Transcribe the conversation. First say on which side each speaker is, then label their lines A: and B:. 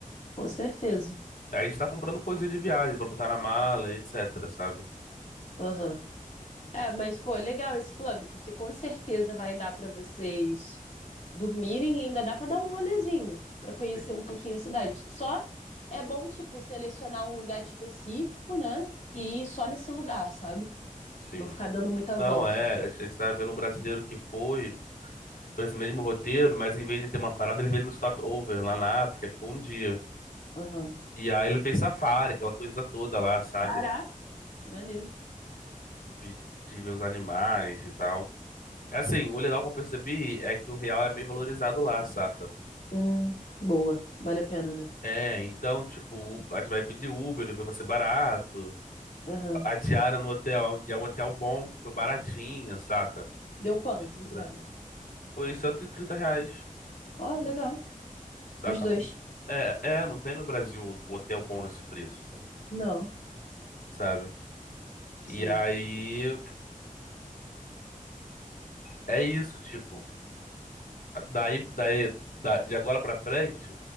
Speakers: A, on the left; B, on the left.
A: Com certeza.
B: Aí a gente tá comprando coisinha de viagem pra botar na mala, etc, sabe?
A: Aham. É, mas, pô, é legal esse plano, porque com certeza vai dar pra vocês dormirem e ainda dá para dar um rolezinho, para conhecer
B: Sim,
A: um pouquinho a cidade. Só é bom, tipo, selecionar um lugar específico, né? E ir só nesse lugar, sabe?
B: sim.
A: Não ficar dando muita
B: Não,
A: volta.
B: é, a gente a gente tá vendo um brasileiro que foi por esse mesmo roteiro, mas em vez de ter uma parada, ele veio no stopover lá na África, ficou um dia.
A: Aham.
B: E aí ele fez safari, aquela coisa toda lá, sabe?
A: Caraca, maneiro.
B: De, de ver os animais e tal. Assim, o legal que eu percebi é que o real é meio valorizado lá, saca?
A: Hum, boa. Vale a pena, né?
B: É, então, tipo, a gente vai pedir Uber, Uber vai ser barato.
A: Aham.
B: A diária no hotel é um é um hotel bom, que foi baratinha, saca?
A: Deu quanto
B: Não tem no
A: a diária?
B: Brasil. Foi 130 reais,
A: Ó, legal.
B: saca?
A: Pros dois.
B: Não, é, é, não tem no Brasil o hotel bom nesse preço,
A: Não.
B: sabe? E
A: Sim.
B: aí, é isso, tipo. Daí, daí, da- de agora pra frente,